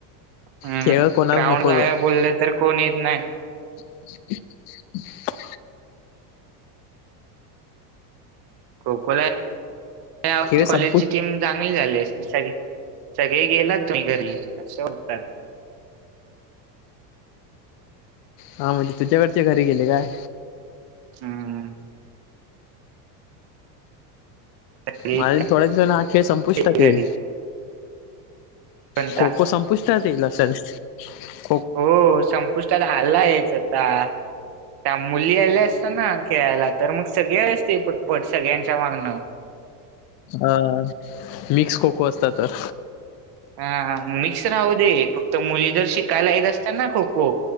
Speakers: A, on the right (about 50°); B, on the left (about 45°).
A: हम्म
B: खेळ कोणाला
A: ग्राउंड
B: नकोच
A: जा
B: आहे.
A: बोलले तर कोण येत नाही.
B: <unintelligible>
A: खो खोला <unintelligible>
B: खेळ संपू
A: कॉलेजची टीम चांगली झाली असली सगळी सगळे गेलात तुम्ही घरी, असं म्हणतात.
B: हा म्हणजे, तुझ्याकडचे घरी गेले काय?
A: हम्. घरी
B: माझ थोड्या दि <unintelligible> हा खेळ संपुष्टात
A: काय
B: येईल
A: घरी कोणता
B: खो खो संपुष्टतात येईल अश्यान <inaudible>
A: हो संपुष्टात आलायच आता. त्या मुली आल्या असत्या ना, खेळायला, तर मग सगळे आले असते पटपट सगळ्यांच्या मागनं.
B: अ मिक्स खो खो असता तर
A: हा, मिक्स राहू दे, फक्त मुली जर शिकायला येत असत्या ना खो खो